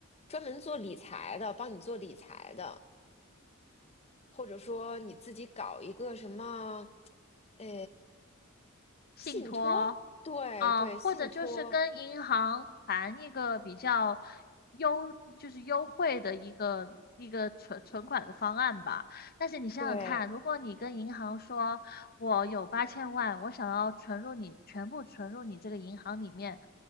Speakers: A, on the left; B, on the left.
A: 专门做理财的，帮你做理财的。或者说你自己搞一个什么，呃，
B: 信托
A: 信托，对对，
B: 啊，或者就是跟银行谈一个比较
A: 信托，
B: 优，就是优惠的一个一个存存款的方案吧。但是你想想看，
A: 对
B: 如果你跟银行说，我有八千万，我想要存入你全部存入你这个银行里面，